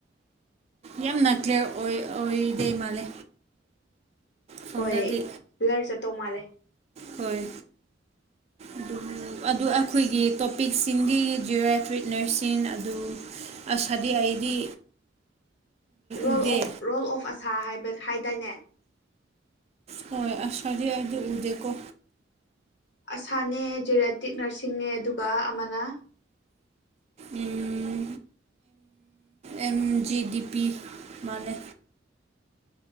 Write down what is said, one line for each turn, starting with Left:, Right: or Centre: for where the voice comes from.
Right: ꯌꯥꯝꯅ ꯀ꯭ꯂꯤꯌꯥꯔ ꯑꯣꯏꯗꯦ ꯃꯥꯜꯂꯦ ꯐꯣꯟꯗꯗꯤ
Left: ꯍꯣꯏ ꯭ꯂꯔ ꯆꯠꯇꯧ ꯃꯥꯜꯂꯦ
Right: ꯍꯣꯏ ꯑꯗꯨ ꯑꯗꯨ ꯑꯩꯈꯣꯏꯒꯤ ꯇꯣꯄꯤꯛꯁꯤꯡꯗꯤ ꯖꯤꯑꯣꯋꯦꯐ꯭ꯔꯤꯛ ꯅꯔꯁꯤꯡ ꯑꯗꯨ ꯑꯁꯗꯤ ꯑꯩꯗꯤ
Left: ꯔꯣꯜ
Right: ꯎꯗꯦ
Left: ꯔꯣꯜ ꯑꯣꯐ ꯑꯁꯥ ꯍꯥꯏꯗꯥꯏꯅꯦ
Right: ꯍꯣꯏ ꯑꯁꯗꯤ ꯑꯩꯗꯤ ꯎꯗꯦꯀꯣ
Left: ꯑꯁꯥꯅꯦ ꯖꯦꯔꯦꯇꯤꯛ ꯅꯔꯁꯤꯡꯅꯦ ꯑꯗꯨꯒ ꯑꯃꯅ <inaudible>
Right: ꯎꯝ ꯑꯦꯝ ꯖꯤꯗꯤ ꯄꯤ ꯃꯥꯂꯦ